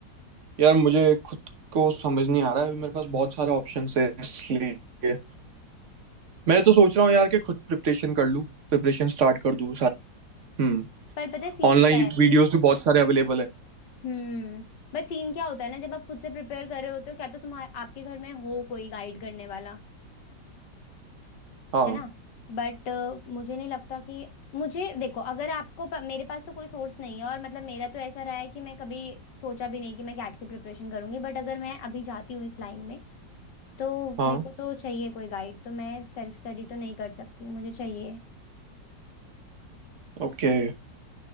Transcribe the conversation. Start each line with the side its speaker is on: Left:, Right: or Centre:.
Right: यार मुझे खुद को समझ नहीं आ रहा है अभी मेरे पास बहुत सारे ऑप्शन है इसलिए मैं तो सोच रहा हूँ यार कि खुद प्रिपरेशन कर लूँ प्रिपरेशन स्टार्ट कर दूँ सारी हम्म
Left: पर पता है सीन
Right: ऑनलाइन
Left: क्या है
Right: वीडियोस भी बहुत सारे अवेलेबल है
Left: हम्म बट सीन क्या होता है ना जब आप खुद से प्रिपेयर कर रहे होते हो क्या तो तुम्हारे आपके घर में हो कोई गाइड करने वाला
Right: हाँ
Left: है ना बट मुझे नहीं लगता कि मुझे देखो अगर आपको प, मेरे पास तो कोई सोर्स नहीं है और मतलब मेरा तो ऐसा रहा है कि मैं कभी सोचा भी नहीं कि मैं कैट की प्रिपरेशन करूंगी बट अगर मैं अभी जाती हूँ इस लाइन में तो
Right: हाँ
Left: मेरे को तो चाहिए कोई गाइड तो मैं सेल्फ स्टडी तो नहीं कर सकती मुझे चाहिए
Right: ओके